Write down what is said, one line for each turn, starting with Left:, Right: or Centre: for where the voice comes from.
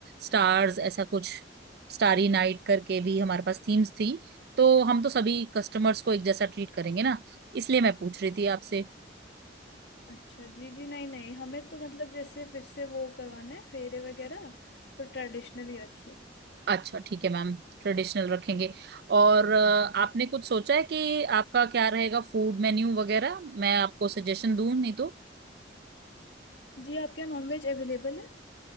Right: स्टार्स ऐसा कुछ स्टारी नाइट करके भी हमारे पास थीम्स थी तो हम तो सभी कस्टमर्स को एक जैसा ट्रीट करेंगे ना इसलिए मैं पूछ रही थी आपसे
Left: अच्छा जी जी नहीं नहीं हमें तो मतलब जैसे फिर से वो करवाना है फेरे वगैरह तो ट्रेडिशनल ही रखिए
Right: अच्छा ठीक है मैम ट्रेडिशनल रखेंगे और अ, आपने कुछ सोचा है कि आपका क्या रहेगा फूड मेन्यू वगैरह मैं आपको सजेशन दूं नहीं तो?
Left: जी आपके यहाँ नॉनवेज अवेलेबल है